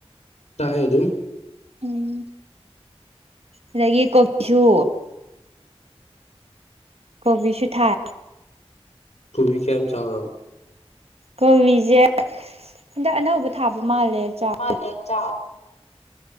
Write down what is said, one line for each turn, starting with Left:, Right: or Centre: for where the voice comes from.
Left: ꯇꯥꯏ ꯑꯗꯨꯝ
Right: ꯎꯝ ꯑꯗꯒꯤ ꯀꯣꯕꯤꯁꯨ ꯀꯣꯕꯤꯁꯨ ꯊꯥꯏ
Left: ꯀꯣꯕꯤ ꯀꯌꯝ ꯆꯥꯎꯔꯕ
Right: ꯀꯣꯕꯤꯖꯦ ꯍꯟꯗꯛ ꯑꯅꯧꯕ ꯊꯥꯕ ꯃꯥꯜꯂꯦ ꯆꯥꯎ
Left: ꯃꯥꯂꯦ ꯆꯥ